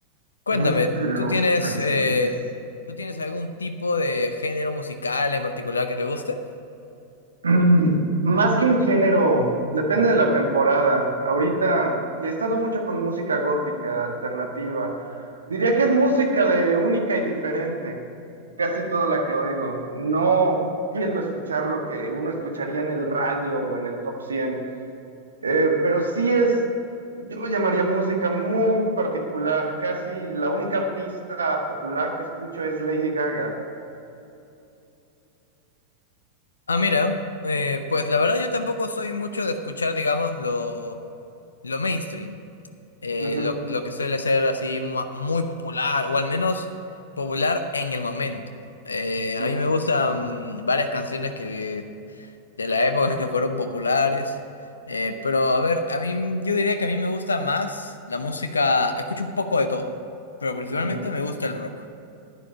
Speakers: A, on the left; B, on the right.
A: Cuéntame,
B: Ni lo
A: ¿tú tienes,
B: menciones.
A: eh, ¿tú tienes algún tipo de género musical en particular que te guste?
B: Mm, Más que un género, depende de la temporada. Ahorita he estado mucho con música gótica, alternativa. Diría que es música de única y diferente, casi toda la que oigo. No tiendo a escuchar lo que uno escucharía en el radio o en el top 100, eh, pero sí es, yo lo llamaría música muy particular. Casi la única artista popular que escucho es Lady Gaga.
A: Ah, mira, eh, pues la verdad yo tampoco soy mucho de escuchar, digamos, lo lo mainstream, eh,
B: Ujú,
A: lo, lo que suele ser así ma- muy popular, o al menos popular en el momento. Eh,
B: ujú.
A: a mí me gustan varias canciones que de la época que fueron populares, eh, pero a ver, a mí yo diría que a mí me gusta más la música, escucho un poco de todo, pero principalmente
B: Ujú.
A: me gusta el rock.